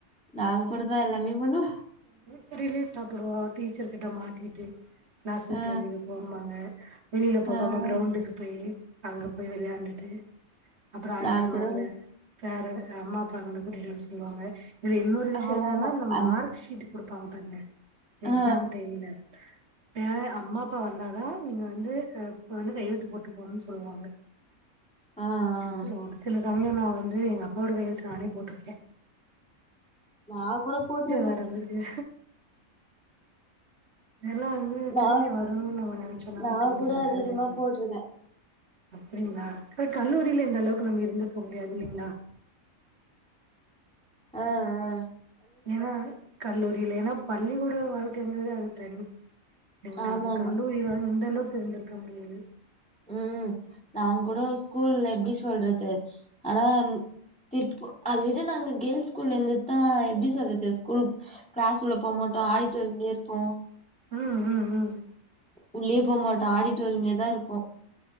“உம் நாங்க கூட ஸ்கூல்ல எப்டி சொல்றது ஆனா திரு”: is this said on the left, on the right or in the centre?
Centre